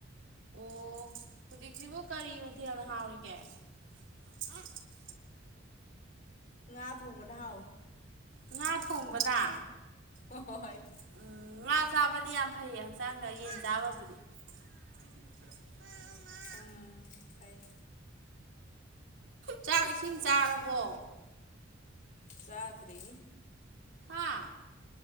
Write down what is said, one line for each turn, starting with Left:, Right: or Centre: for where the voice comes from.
Right: ꯑꯣ ꯍꯧꯖꯤꯛꯁꯤꯕꯨ ꯀꯔꯤ ꯃꯊꯦꯜꯅ ꯍꯥꯎꯔꯤꯒꯦ ꯑ
Left: ꯉꯥ ꯊꯣꯡꯕꯅ ꯍꯥꯎꯋꯤ
Right: ꯉꯥ ꯊꯣꯡꯕꯅ
Left: ꯍꯣꯏ
Right: ꯎꯝ ꯉꯥ ꯆꯥꯕꯗꯤ ꯌꯥꯝ ꯐꯩꯌꯦ ꯍꯛꯆꯥꯡꯗ ꯌꯦꯟ ꯆꯥꯕꯕꯨꯗꯤ <unintelligible>
Left: ꯎꯝ ꯐꯩ
Right: ꯆꯥꯛ ꯏꯁꯤꯡ ꯆꯥꯔꯕꯣ
Left: ꯆꯥꯗ꯭ꯔꯤ
Right: ꯍꯥ